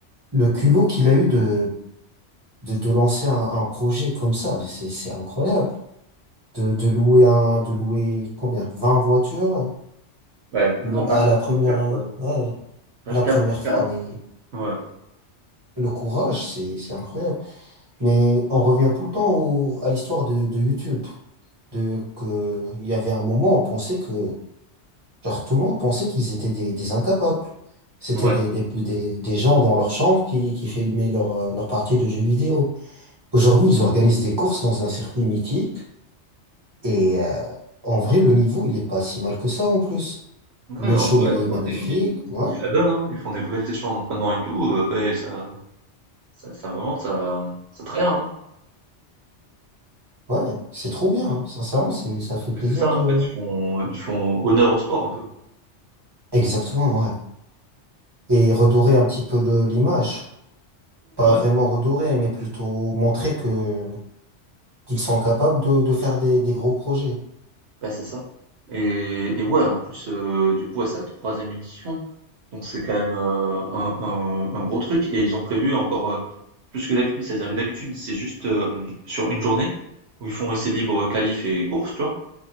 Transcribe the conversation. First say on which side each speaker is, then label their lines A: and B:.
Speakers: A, on the right; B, on the right.
A: le culot qu'il a eu de, de, de lancer un, un projet comme ça, c'est c'est incroyable. de, de louer un, de louer combien? vingt voitures
B: Ouais,
A: le,
B: non 24F4
A: à la première, euh,
B: ouais,
A: ouais,
B: 24F4
A: la première fois, mais
B: ouais,
A: le courage, c'est, c'est incroyable. Mais on revient tout le temps au- à l'histoire de, de YouTube. De, que, il y avait un moment, on pensait que, genre, tout le monde pensait qu'ils étaient des, des incapables. C'était
B: ouais.
A: des, des, des, des gens dans leur chambre qui, qui filmaient leur, euh, leur partie de jeux vidéo. Aujourd'hui, ils organisent des courses dans un circuit mythique et, euh, en vrai, le niveau, il est pas si mal que ça en plus.
B: Non
A: Le
B: mais en
A: show,
B: vrai
A: il est
B: en vrai
A: magnifique.
B: ils
A: Ouais,
B: ils se la donnent, hein. Ils font des vraies sessions d'entraînement et tout, heu et ça ça ça vraiment ça ça tryhard, hein.
A: ouais, c'est trop bien. Sincèrement, c'est, ça fait
B: Mais
A: plaisir
B: c'est ça
A: de...
B: en fait, ils font ils font honneur au sport un peu.
A: Exactement, ouais. Et redorer un petit peu le- l'image. Pas
B: Ouais,
A: vraiment redorer, mais plutôt montrer que qu'ils sont capables de, de faire des, des gros projets.
B: Bah, c'est ça. Et et ouais, en plus, heu, du coup, ouais, c'est la troisième édition, donc c'est quand même, heu, un un un gros truc et ils ont prévu encore, heu, plus que d'habitude. C'est-à-dire que d'habitude, c'est juste, hem, sur une journée où ils font essai libre qualifs et course tu vois?